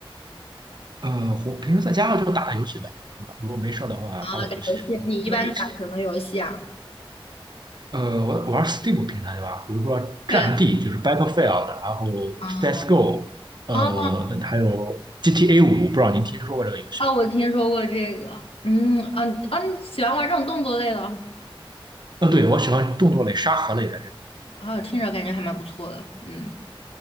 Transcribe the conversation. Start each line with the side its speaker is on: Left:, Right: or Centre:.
Right: 呃，红平时在家就打打游戏呗，对吧？如果没事儿的话，
Left: 啊，
Right: 打打游戏，
Left: 打游戏，
Right: 跟朋友一起。
Left: 你一般打什么游戏啊？
Right: 呃，我我玩 Steam 平台对吧？比如说《战地》就是
Left: 对，
Right: Battlefield，然后
Left: 嗯，
Right: CS:GO，呃，
Left: 哦，
Right: 还有 GTA 五，不知道您听说过这个游戏吗？
Left: 哦，我听说过这个，嗯，啊啊，你喜欢玩这种动作类的？
Right: 嗯，对，我喜欢动作类、沙盒类的这种。
Left: 啊，听着感觉还蛮不错的，嗯，